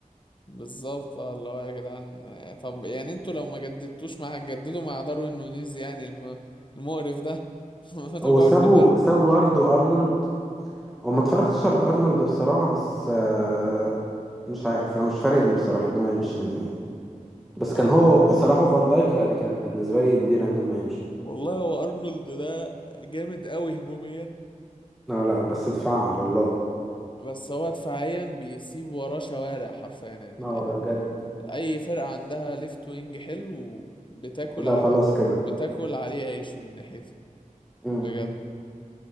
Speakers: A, on the left; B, in the centre.
A: بالظبط اه اللي هو يا جدعان آه، طب يعني انتوا لو ما جددتوش مع هتجددوا مع داروين نونيز يعني الم... المقرف ده <laughs> ما توجعوش
B: وسابوا
A: دماغنا
B: سابوا برضه ارنولد هو ما اتفرجتش على ارنولد بصراحه بس آه، مش عارف انا مش فارق لي بصراحه ان هو يمشي يعني بس كان
A: هو آه،
B: هو صلاح وفان دايك لا دي كان بالنسبه لي كبيره ان هم يمشوا
A: والله هو ارنولد ده جامد قوي هجوميا
B: لا لا بس ادفع على الله
A: بس هو دفاعيا بيسيب وراه شوارع حرفيا يعني
B: ما هو ده بجد
A: اي فرقة عندها ليفت وينج حلو بتاكل
B: وده
A: ع...
B: خلاص كده
A: بتاكل عليه عيش من ناحيته
B: امم
A: بجد